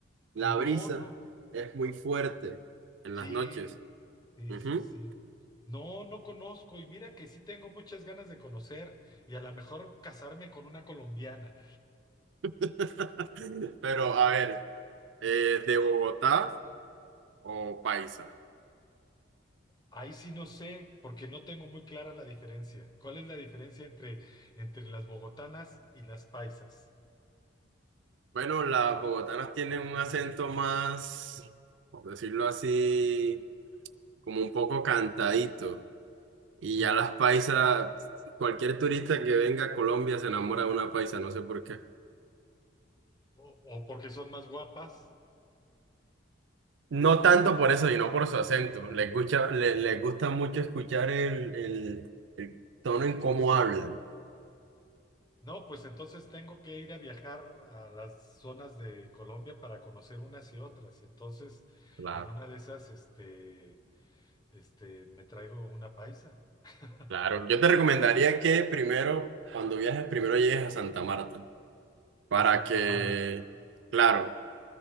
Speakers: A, on the right; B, on the left.
A: la
B: No,
A: brisa
B: no.
A: es muy fuerte en
B: Sí,
A: las noches.
B: sí,
A: Ujú.
B: sí, sí. No, no conozco, y mira que sí tengo muchas ganas de conocer, y a lo mejor casarme con una colombiana.
A: <laughs> Pero a ver, eh, ¿de Bogotá o paisa?
B: Ahí sí no sé, porque no tengo muy clara la diferencia. ¿Cuál es la diferencia entre, entre las bogotanas y las paisas?
A: Bueno, las bogotanas tienen un acento más, por decirlo así, como un poco cantadito. Y
B: ¿Sí?
A: ya las paisas, cualquier turista que venga a Colombia se enamora de una paisa, no sé por qué.
B: O, o porque son más guapas.
A: No tanto por eso, sino por su acento. Les gusta, le- les gusta mucho escuchar el, el, el tono en cómo hablan.
B: No, pues entonces tengo que ir a viajar a las zonas de Colombia para conocer unas y otras. Y entonces,
A: Claro.
B: en una de esas, este, este, me traigo una paisa. <laughs>
A: Claro, yo te recomendaría que primero, cuando viajes, primero llegues a Santa Marta, para
B: A Santa
A: que,
B: Marta.
A: claro,